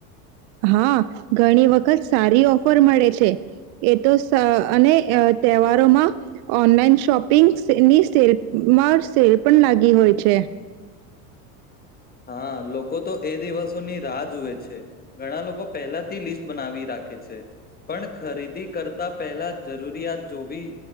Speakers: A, on the right (about 60°); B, on the left (about 20°).
A: હા ઘણી વખત સારી ઓફર મળે છે એ તો અને તહેવારોમાં ઓનલાઈન શોપિંગની સેલમાં સેલ પણ લાગી હોય છે.
B: હા લોકો તો એ દિવસોની રાહ જોુએ છે ઘણા લોકો પહેલાથી લિસ્ટ બનાવી રાખે છે પણ ખરીદી કરતા પહેલા જરૂરિયાત જોવી